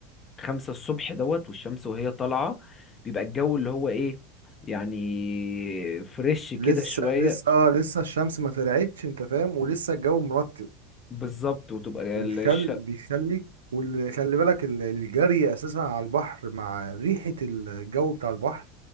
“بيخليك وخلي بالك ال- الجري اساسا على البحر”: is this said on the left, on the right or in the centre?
Right